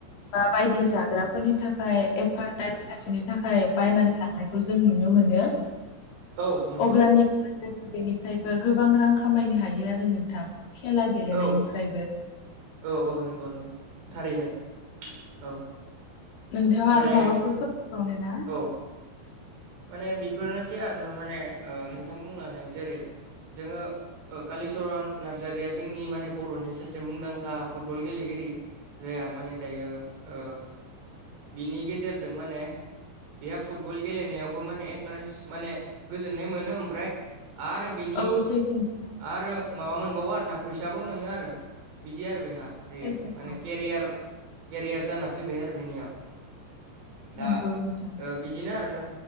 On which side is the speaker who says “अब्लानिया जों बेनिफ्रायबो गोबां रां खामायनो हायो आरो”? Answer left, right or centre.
Left